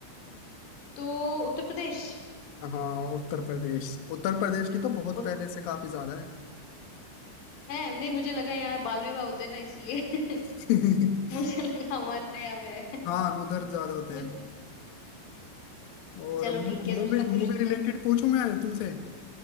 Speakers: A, on the left; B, on the left.
A: तो उत्तर प्रदेश
B: हाँ उत्तर प्रदेश उत्तर प्रदेश की तो बहुत
A: उत,
B: पहले से काफी ज्यादा है
A: है नहीं मुझे लगा यहाँ बाल विवाह होते हैं ना इसलिए
B: <laughs>
A: <laughs> मुझे लगा हमारे यहाँ पे है
B: हाँ उधर ज्यादा होते
A: मुझ
B: हैं और
A: चलो
B: मूवी
A: ठीक है दूसरा पूछती
B: मूवी रिलेटेड
A: हूँ
B: पूछूं मैं तुमसे